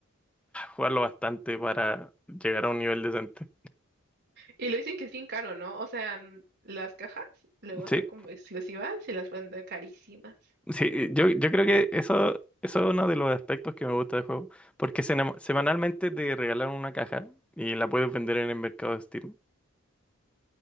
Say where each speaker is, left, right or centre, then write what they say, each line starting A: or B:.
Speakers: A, in the centre; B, on the right (about 50°).
A: jugarlo bastante para llegar a un nivel decente.
B: Y lo dicen que es bien caro, ¿no? O sea, n- las cajas luego
A: Sí,
B: son como exclusivas y las pueden dar carísimas.
A: sí, yo, yo creo que eso, eso es uno de los aspectos que me gusta del juego, porque sena- semanalmente te regalan una caja y la puedes vender en el mercado de Steam.